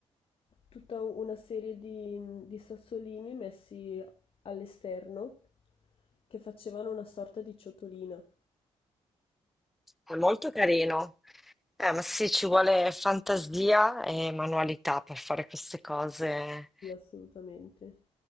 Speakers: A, on the left; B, in the centre.
A: tutta una serie di, di sassolini messi all'esterno che facevano una sorta di ciotolina.
B: È molto carino. Eh, ma sì, ci vuole fantasia e manualità per fare queste cose.
A: Sì, assolutamente.